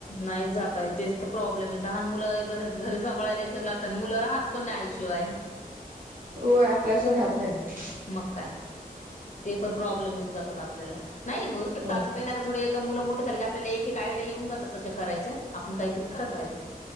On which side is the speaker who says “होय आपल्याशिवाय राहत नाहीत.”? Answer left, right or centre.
Right